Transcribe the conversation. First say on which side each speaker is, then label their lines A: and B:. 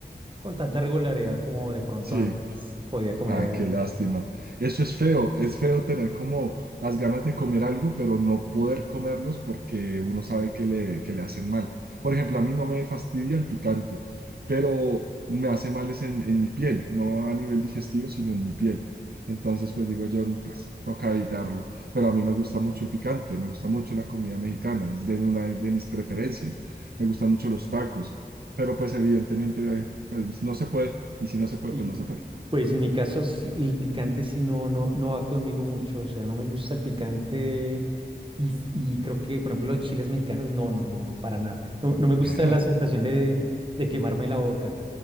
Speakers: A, on the right; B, on the right.
A: con tanta regularidad como de pronto
B: Sí,
A: antes podía comer.
B: Ay, qué lástima. Eso es feo, es feo tener como las ganas de comer algo, pero no poder comerlos porque uno sabe que le, que le hacen mal. Por ejemplo, a mí no me fastidia el picante, pero me hace mal es en, en mi piel, no a nivel digestivo, sino en mi piel. Entonces, pues digo yo, "Mm, pues toca evitarlo. Pero a mí me gusta mucho el picante, me gusta mucho la comida mexicana, es de una de mis preferencias. Me gustan mucho los tacos, pero pues evidentemente, eh, pues, no se puede. Y si no se puede,
A: Sí.
B: pues no se puede.
A: Pues en mi caso, sí, el picante sí no, no, no va conmigo mucho, o sea, no me gusta el picante y, y creo que, por ejemplo, los chiles mexicanos, no, no, no, no, para nada. No, no me gusta
B: <laughs>
A: la sensación de, de quemarme la boca,